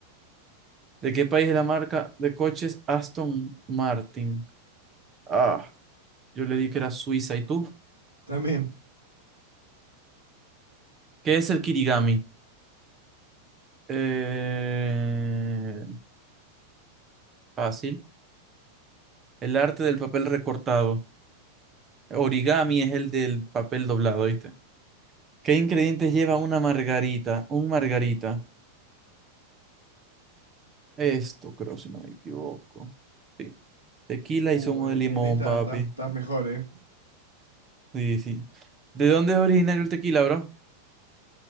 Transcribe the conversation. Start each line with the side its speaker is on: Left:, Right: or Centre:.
Right: ¿De qué país es la marca de coches Aston Martin? Ah, yo le di que era Suiza. ¿Y tú?
Left: También.
Right: ¿Qué es el kirigami? Eh, fácil. El arte del papel recortado. Origami es el del papel doblado, ¿viste? ¿Qué ingredientes lleva una margarita? Un margarita. Esto creo, si no me equivoco. Sí. Tequila
Left: Uh,
Right: y zumo
Left: eh,
Right: de limón,
Left: en esta
Right: papi.
Left: estás estás mejor, ¿eh?
Right: Sí, sí. ¿De dónde es originario el tequila, bro?